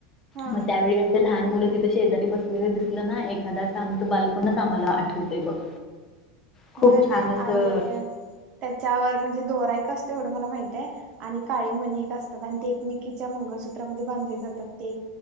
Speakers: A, on the right (about 40°); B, on the left (about 25°).
A: हा
B: मग त्यावेळी असेल लहान मुलं तिथं शेजारी बसलेले दिसलं ना एखादा असं आमचं बालपणच आम्हाला आठवते बघ- खूप
A: होय
B: छान असं
A: आणि त्याच्यावर म्हणजे दोरा- असत एवढं मला माहितय आणि काळे मणी एक असतात आणि ते एकमेकीच्या मंगळसूत्रामध्ये बांधले जातात ते.